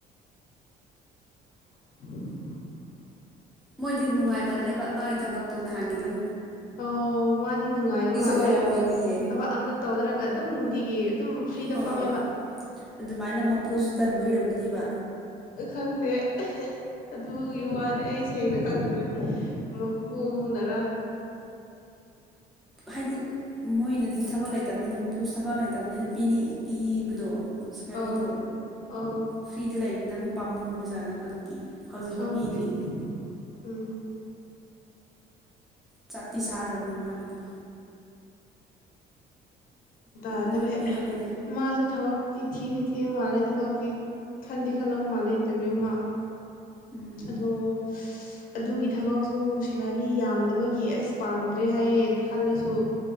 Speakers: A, on the left; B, in the centre.
A: <unintelligible>
B: ꯃꯣꯏꯗꯤ ꯅꯨꯡꯉꯥꯏꯃꯜꯂꯦꯕ ꯃꯥꯒꯤ ꯊꯕꯛꯇ ꯇꯣꯟꯅ ꯍꯥꯏꯗꯣ
A: ꯑꯣ ꯃꯥꯗꯤ ꯅꯨꯡꯉꯥꯏꯕ ꯃꯥꯜꯂꯦ
B: ꯑꯣꯏꯔꯝꯒꯅꯤꯌꯦ
A: ꯊꯕꯛ ꯑꯝꯇ ꯇꯧꯗ꯭ꯔꯒ ꯑꯗꯨꯝ ꯅꯨꯡꯇꯤꯒꯤ ꯑꯗꯨꯝ ꯐ꯭ꯔꯤꯗ
B: ꯍꯣꯏ
A: ꯐꯝꯃꯦꯕ
B: ꯍꯣꯏ ꯑꯗꯨꯃꯥꯏꯅ ꯃꯄꯨꯁꯨ ꯇꯟꯕ ꯑꯣꯏꯔꯝꯒꯅꯦꯕ
A: ꯈꯪꯗꯦ ꯑꯗꯨꯒꯤ ꯋꯥꯗꯤ ꯑꯩ ꯁꯦꯡꯅ ꯈꯪꯗ꯭ꯔꯦ ꯃꯄꯨꯅꯔꯥ
B: ꯍꯥꯏꯗꯤ ꯃꯣꯏꯅꯗꯤ ꯊꯕꯛ ꯂꯩꯇꯕꯅꯤꯅ ꯃꯄꯨꯁꯨ ꯊꯕꯛ ꯂꯩꯇꯕꯅꯤꯅ ꯄꯤꯅꯤꯡ ꯄꯤꯕꯗꯣ ꯁꯂꯔꯤꯗꯣ
A: ꯑꯧ ꯑꯧ
B: ꯐ꯭ꯔꯤꯗ ꯂꯩꯕꯅꯤꯅ ꯑꯃꯨꯛ ꯄꯥꯝꯃꯨ ꯕꯖꯥꯠꯅ ꯈꯪꯗꯦ ꯍꯧꯖꯤꯛꯐꯥꯎ
A: ꯈꯪꯗꯦ
B: ꯄꯤꯗ꯭ꯔꯤꯗꯤ
A: ꯎꯝ
B: ꯆꯞꯇꯤ ꯆꯥꯔꯔꯕꯅꯦ ꯃꯥꯒꯤꯗꯨ
A: ꯑꯦꯇ꯭ꯔꯦ
B: ꯃꯣꯏ ꯄꯤꯒꯜꯂꯦꯗ
A: ꯃꯥꯁꯨ ꯊꯕꯇ ꯊꯤ ꯁꯤ ꯃꯥꯜꯂꯦ ꯊꯕꯛꯇꯤ ꯈꯟꯗꯤꯦ ꯈꯜꯂꯧ ꯃꯥꯜꯂꯦ ꯏꯟꯇꯔꯚꯤꯌꯨ ꯑꯃ
B: ꯎꯝ
A: ꯑꯗꯣ ꯑꯗꯨꯒꯤ ꯊꯕꯛꯁꯨ ꯁꯦꯂꯔꯤ ꯌꯥꯝꯗꯕꯒꯤ ꯑꯁ ꯄꯥꯝꯗ꯭ꯔꯦ ꯍꯥꯏꯌꯦꯦ ꯈꯜꯂꯁꯨ